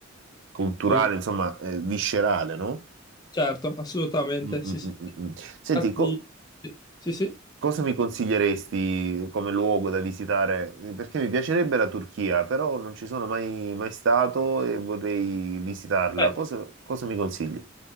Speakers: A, on the right (about 65°); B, on the left (about 20°).
A: culturale,
B: eh,
A: insomma, eh, viscerale, no?
B: Certo, assolutamente,
A: Mm,
B: sì,
A: mm,
B: sì.
A: mm, mm,
B: sì.
A: mm. Senti,
B: Infatti,
A: co-
B: sì, sì. sì.
A: cosa mi consiglieresti come luogo da visitare? Perché mi piacerebbe la Turchia, però non ci sono mai, mai stato e vorrei visitarla.
B: Beh,
A: Cosa, cosa mi consigli?